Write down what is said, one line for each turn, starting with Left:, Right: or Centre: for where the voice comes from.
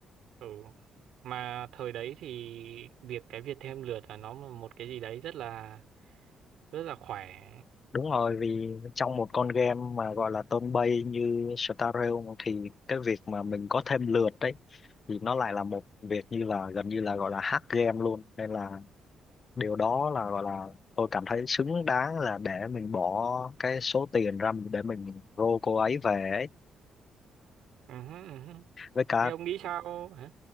Right: ừ mà thời đấy thì việc cái việc thêm lượt là nó một cái gì đấy rất là rất là khỏe
Left: Đúng rồi, vì trong một con game mà gọi là turn based như Star Realm thì cái việc mà mình có thêm lượt đấy thì nó lại là một việc như là gần như là gọi là hack game luôn. Nên là điều đó là gọi là tôi cảm thấy xứng đáng là để mình bỏ cái số tiền ra để mình rô cô ấy về ấy.
Right: ừ, hứ, ừ hứ.
Left: Với cả
Right: thế ông nghĩ sao hả